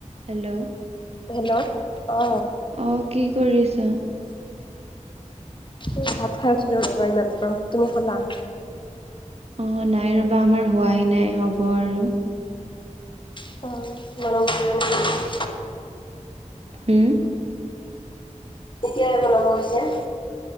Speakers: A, on the right (about 50°); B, on the left (about 40°).
A: হেল্ল'।
B: হেল্ল' অ।
A: অ কি কৰি আছা?
B: এ ভাত খাই উঠিলো ৰবা এই মাত্ৰ, তুমি খালা?
A: অ অ অ নাই ৰ'বা আমাৰ হোৱাই নাই হ'ব আৰু
B: ক ওওও বনাওঁ পিছে ঠক ঠঠঠঠ।
A: হুম উ।
B: কেতিয়ালৈকে বনোৱা হৈছে?